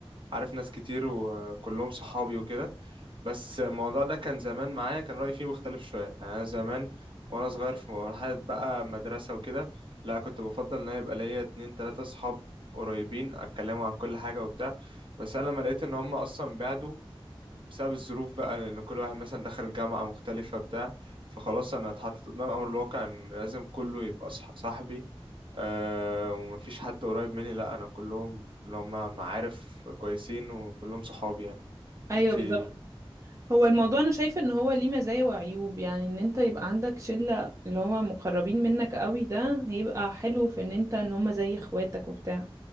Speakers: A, on the right; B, on the right.
A: عارف ناس كتير وكلهم صحابي وكده بس الموضوع ده كان زمان معايا كان رايي فيه مختلف شويه يعني انا زمان وانا صغير في مرحله بقى مدرسه وكده لا كنت بفضل ان انا يبقى ليا اتنين تلاته صحاب قريبين اتكلموا عن كل حاجه وبتاع بس انا لما لقيت ان هم اصلا بعدوا بسبب الظروف بقى لأن كل واحد مثلا دخل جامعة مختلفة بتاع فخلاص أنا اتحطيت قدام أمر الواقع إن لازم كله يبقى صح صاحبي أه ومفيش حد قريب مني لأ أنا كلهم اللي هم معارف كويسين وكلهم صحابي يعني
B: ايوه
A: انتي
B: بالظبط هو الموضوع انا شايفه ان هو ليه مزايا وعيوب يعني ان انت يبقى عندك شله اللي هو مقربين منك قوي ده هيبقى حلو في ان انت ان هما زي اخواتك وبتاع